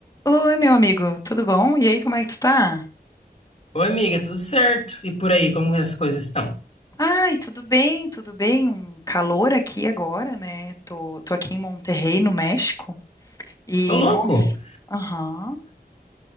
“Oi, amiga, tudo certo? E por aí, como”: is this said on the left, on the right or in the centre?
Left